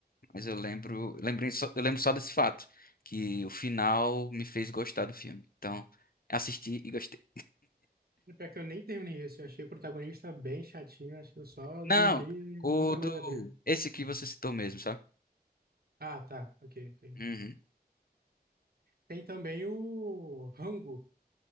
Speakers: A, on the left; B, on the right.
A: mas eu lembro, lembrei só, eu lembro só desse fato, que o final me fez gostar do filme. Então, assisti e gostei.
B: Pior que eu nem terminei esse. Eu achei o protagonista bem chatinho. Acho que eu só
A: Não,
B: dormi e
A: o
B: nunca
A: do,
B: mais abri.
A: esse que você citou mesmo, sabe?
B: Ah, tá. Ok, ok.
A: Uhum.
B: Tem também o Rango.